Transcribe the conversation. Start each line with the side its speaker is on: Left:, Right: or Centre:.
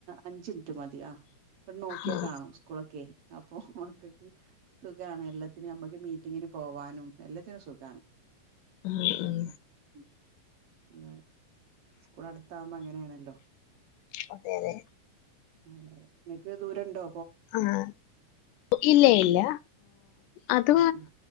Right: അഞ്ച് മിനിറ്റ് മതി ആ ഇ നോക്കിയാൽ
Left: ആഹ്
Right: കാണും സ്കൂളൊക്കെ അപ്പൊ മക്കൾക്ക് സുഖാണ് എല്ലാ ത്തിന് നമ്മക്ക് മീറ്റിങ്ങിന് പോവാനും എല്ലാത്തിനും സുഖാണ്
Left: ഉം
Right: എന്താ
Left: ഉം
Right: അ സ്കൂൾ അടുത്ത് ആകുമ്പോ അങ്ങനെയാണല്ലോ
Left: അതെ അതെ
Right: അതെതെ നിങ്ങൾക്ക് ദൂരം ഉണ്ടോ
Left: ആഹ് ഇല്ല ഇല്ല അത്
Right: ഉം ഉം